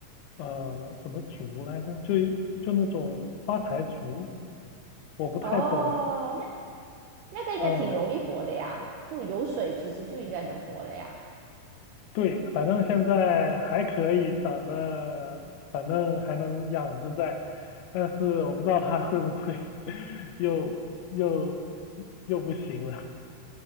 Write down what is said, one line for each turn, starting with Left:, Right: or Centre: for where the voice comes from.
Left: 呃什么竹来着，就就那种发财竹。我不太懂，
Right: 哦，那那个应该挺容易活的呀，
Left: 嗯，
Right: 就有水其实就应该能活了呀。
Left: 对，反正现在还可以，长得反正还能养着在，但是我不知道它会不会 <laughs> 又又又不行了，